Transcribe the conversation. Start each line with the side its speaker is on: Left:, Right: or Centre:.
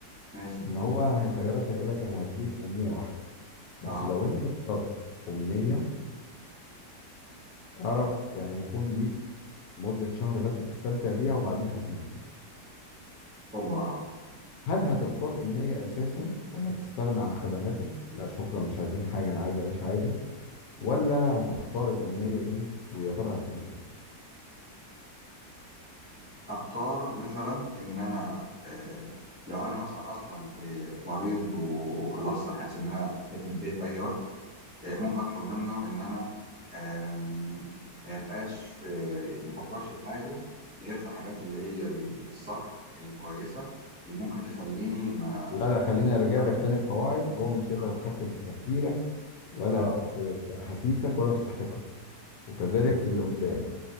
Centre: ماشي
Left: ان هو هيخيرك هيقول لك انا هديك امنيه واحده بس
Centre: أه
Left: لو انت اخترت امنيه اعرف يعني هيكون ليك مده شهر بس تستمتع بيها وبعدين هتموت
Centre: هوبا
Left: هل هتختار امنيه اساسا ولا هتستغنى عن خدماته لا شكرا مش عايزين حاجه انا عايز اعيش عادي ولا هتختار الامنيه دي ويا ترى هتكون ايه
Centre: اختار مثلا ان انا آه، لو انا مثلا اصلا آه، مريض وخلاص انا حاسس ان انا هتنتهي في اي وقت آه، ممكن اطلب منه ان انا آم، ما يبقاش في ما افكرش في حاجه غير في حاجات اللي هي الصح الكويسه اللي ممكن تخليني ما
Left: لا لا خليني ارجع
Centre: اه
Left: لك تاني القواعد هو مش هيقدر
Centre: اه
Left: يتحكم في تفكيرك ولا
Centre: اه
Left: في في احاسيسك ولا في صحتك وكذلك في اللي قدامك